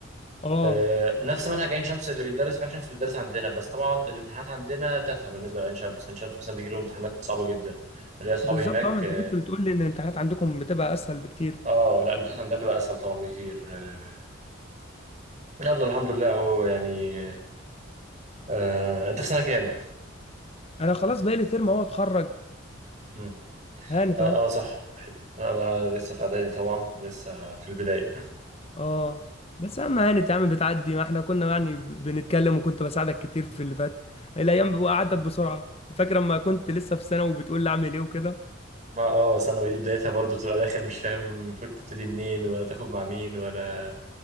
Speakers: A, on the left (about 30°); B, on the right (about 35°).
A: اه
B: آه، نفس منهج عين شمس اللي بيتدرس في عين شمس بيتدرس عندنا بس طبعا الامتحانات عندنا تافهة بالنسبة لعين شمس عين شمس مثلا بيجي لهم امتحانات صعبة جدا اللي هي اصحابي
A: بالظبط
B: هناك
A: اه ما انت
B: اه
A: كنت بتقول لي ان الامتحانات عندكم بتبقى اسهل بكتير
B: آه، لا الامتحانات عندنا بتبقى اسهل طبعا بكتير آه، يلا الحمد لله اهو يعني آه، آه، انت في سنة كام؟
A: انا خلاص بقالي ترم اهو اتخرج
B: مم.
A: هانت
B: اه
A: اهو
B: آه، صح انا لسه في اعدادي طبعا لسه في البداية
A: اه بس اهم يعني يا عم بتعدي ما احنا كنا يعني ب- بنتكلم وكنت بساعدك كتير في اللي فات الايام عدت بسرعه فاكر لما كنت لسه في ثانوي وبتقول لي اعمل ايه وكده
B: ما اه ثانوي دي بدايتها برضو تبقى داخل مش فاهم المفروض تبتدي منين ولا تاخد مع مين ولا